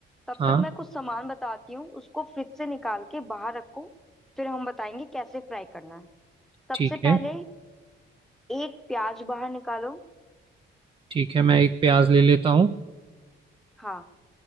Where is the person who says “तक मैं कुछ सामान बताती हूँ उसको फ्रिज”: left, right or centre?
Centre